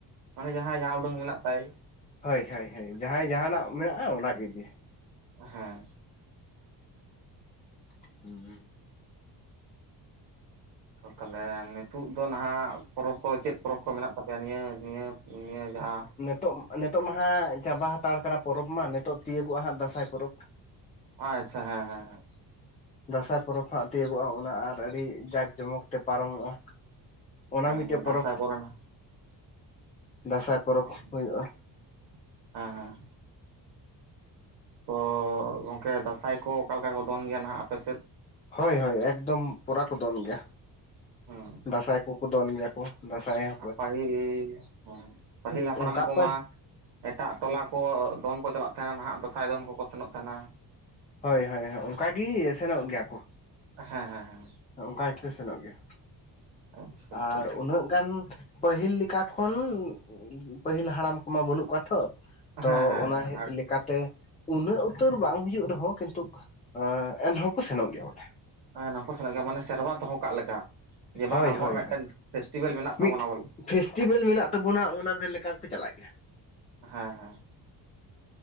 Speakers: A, on the right; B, on the left.
A: ᱢᱟᱱᱮ ᱡᱟᱦᱟᱸᱭ ᱡᱟᱦᱟᱸ ᱩᱰᱟᱹᱝ ᱢᱮᱱᱟᱜ ᱛᱟᱭ᱾
B: ᱦᱟᱹᱭ ᱦᱟᱹᱭ ᱦᱟᱹᱭ ᱡᱟᱦᱟᱸᱭ ᱡᱟᱦᱟᱸᱱᱟᱜ ᱢᱮᱱᱟᱜᱼᱟ ᱚᱱᱟ ᱜᱮ ᱤᱫᱤᱭᱟ᱾
A: ᱦᱮᱸ᱾
B: <inaudible>
A: ᱛᱟᱦᱚᱞᱮ ᱱᱤᱛᱳᱜ ᱫᱚ ᱱᱟᱦᱟᱜ ᱯᱚᱨᱚᱵᱽ ᱠᱚ ᱪᱮᱫ ᱯᱚᱨᱚᱵᱽ ᱠᱚ ᱢᱮᱱᱟᱜ ᱛᱟᱯᱮᱭᱟ ᱱᱤᱭᱟᱹ ᱱᱤᱭᱟᱹ ᱱᱤᱭᱟᱹ ᱡᱟᱦᱟᱸ
B: ᱱᱤᱛᱚᱜ, ᱱᱤᱛᱚᱜ ᱢᱟ ᱦᱟᱸᱜ ᱪᱟᱵᱟ ᱦᱟᱛᱟᱲ ᱠᱟᱱᱟ ᱯᱚᱨᱚᱵᱽ ᱢᱟ ᱱᱤᱛᱚᱜ ᱛᱤᱭᱳᱜᱚᱜᱼᱟ ᱦᱟᱸᱜ ᱫᱟᱸᱥᱟᱭ ᱯᱚᱨᱚᱵᱽ᱾
A: ᱟᱪᱪᱷᱟ ᱦᱮᱸ ᱦᱮᱸ ᱦᱮᱸ᱾
B: ᱫᱟᱸᱥᱟᱭ ᱯᱚᱨᱚᱵᱽ ᱦᱟᱸᱜ ᱛᱤᱭᱟᱹᱜᱚᱜᱼᱟ ᱚᱱᱟ ᱟᱨ ᱟᱹᱰᱤ ᱡᱟᱠ ᱡᱚᱢᱚᱠ ᱛᱮ ᱯᱟᱨᱚᱢᱚᱜᱼᱟ᱾ ᱚᱱᱟ ᱢᱤᱫᱴᱮᱡ
A: ᱦᱮᱸ ᱫᱟᱸᱥᱟᱭ
B: ᱯᱚᱨᱚᱵᱽ
A: ᱠᱚᱨᱮᱱᱟᱜ
B: ᱫᱟᱸᱥᱟᱭ ᱯᱚᱨᱚᱵᱽ
A: ᱦᱮᱸ
B: ᱦᱩᱭᱩᱜᱼᱟ
A: ᱦᱮᱸ᱾ ᱛᱚ ᱜᱚᱝᱠᱮ ᱫᱟᱸᱥᱟᱭ ᱠᱚ ᱚᱠᱟᱮᱠᱟ ᱠᱚ ᱫᱚᱱ ᱜᱮᱭᱟ ᱱᱟᱦᱟᱜ ᱟᱯᱮᱥᱮᱫ?
B: ᱦᱳᱭ ᱦᱳᱭ, ᱮᱠᱫᱚᱢ ᱯᱚᱨᱟ ᱠᱚ ᱫᱚᱱ ᱜᱮᱭᱟ᱾
A: ᱦᱚᱸ᱾
B: ᱫᱟᱸᱥᱟᱭ ᱠᱚᱠᱚ ᱫᱚᱱ ᱜᱮᱭᱟ᱾ ᱠᱚ ᱫᱟᱸᱥᱟᱭ ᱟ᱾
A: ᱯᱟᱹᱦᱤᱞ ᱦᱚᱸ ᱯᱟᱹᱦᱤᱞ ᱦᱟᱯᱲᱟᱢ
B: ᱚᱱᱠᱟ
A: ᱠᱚᱢᱟᱼᱼ
B: ᱯᱮ
A: ᱮᱴᱟᱜ ᱴᱚᱞᱟ ᱠᱚ ᱫᱚᱱ ᱠᱚ ᱪᱟᱞᱟᱜ ᱛᱟᱦᱮᱸᱱ ᱱᱟᱦᱟᱸᱜ ᱫᱟᱸᱥᱟᱭ ᱫᱚᱱ ᱠᱚᱠᱚ ᱥᱮᱱᱚᱜ ᱛᱟᱦᱮᱸᱱᱟ᱾
B: ᱦᱚᱭ ᱦᱳᱭ ᱚᱱᱠᱟ ᱜᱤ‌ ᱥᱮᱱᱚᱜ ᱜᱮᱭᱟ ᱠᱩ᱾
A: ᱦᱮᱸ ᱦᱮᱸ ᱦᱮᱸ᱾
B: ᱚᱱᱠᱟ ᱜᱤ‌ᱠᱩ ᱥᱮᱱᱚᱜ ᱜᱮᱭᱟ
A: ᱟᱪᱪᱷᱟ ᱟᱪᱪᱷᱟ
B: ᱟᱨ
A: ᱟᱪᱪᱷᱟ
B: ᱩᱱᱟᱹᱜ ᱜᱟᱱᱼᱼ ᱯᱟᱹᱦᱤᱞ ᱞᱮᱠᱟ ᱠᱷᱚᱱ ᱯᱟᱹᱦᱤᱞ ᱦᱟᱲᱟᱢ ᱠᱚᱢᱟ ᱵᱟᱹᱱᱩᱜ ᱠᱚᱣᱟ ᱛᱷᱚᱼᱼ ᱛᱚ
A: ᱦᱮᱸ ᱦᱮᱸ
B: ᱚᱱᱟ
A: ᱦᱮᱸ
B: ᱦᱤ ᱞᱮᱠᱟ ᱛᱮᱼᱼ ᱩᱱᱟᱹᱜ ᱩᱛᱟᱹᱨ ᱵᱟᱝ ᱦᱩᱭᱩᱜ ᱨᱮᱦᱚᱸ ᱠᱤᱱᱛᱩᱠ ᱮᱸ ᱮᱱᱦᱚᱸ ᱠᱚ ᱥᱮᱱᱚᱜ ᱜᱮᱭᱟ ᱵᱚᱞᱮ᱾
A: ᱦᱮᱸ ᱱᱟ ᱠᱚ ᱥᱮᱱᱟᱜ ᱜᱮᱭᱟ ᱢᱟᱱᱮ ᱥᱮᱨᱣᱟ ᱫᱚᱦᱚ ᱠᱟᱜ ᱞᱮᱠᱟ᱾ ᱡᱮ
B: ᱦᱳᱭ
A: ᱵᱟᱝ ᱟᱵᱚᱣᱟᱜ
B: ᱦᱳᱭ
A: ᱢᱤᱫᱴᱮᱱ
B: ᱦᱳᱭ,
A: ᱯᱷᱮᱥᱴᱤᱵᱮᱞ ᱢᱮᱱᱟᱜ ᱛᱟᱵᱚᱱᱟ
B: ᱢᱤᱫ
A: ᱵᱚᱞᱮ
B: ᱯᱷᱮᱥᱴᱤᱵᱮᱞ ᱢᱮᱱᱟᱜ ᱛᱟᱵᱚᱱᱟ ᱚᱱᱟ ᱢᱮᱱ ᱞᱮᱠᱷᱟᱱ᱾ ᱠᱚ ᱪᱟᱞᱟᱜ ᱜᱮᱭᱟ᱾
A: ᱦᱮᱸ ᱦᱮᱸ᱾